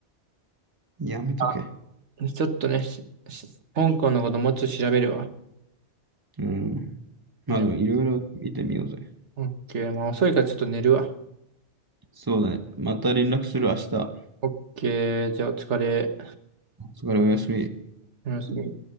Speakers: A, on the right; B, on the right.
A: やめとけ。
B: あ、ちょっとね、しし香港のこともうちょっと調べるわ。
A: うん。まあでも、
B: で、
A: いろいろ見てみようぜ。
B: オッケー、まあ遅いからちょっと寝るわ。
A: そうだね。また連絡する、明日。
B: オッケー、じゃあお疲れ。
A: お疲れ、おやすみ。
B: おやすみ。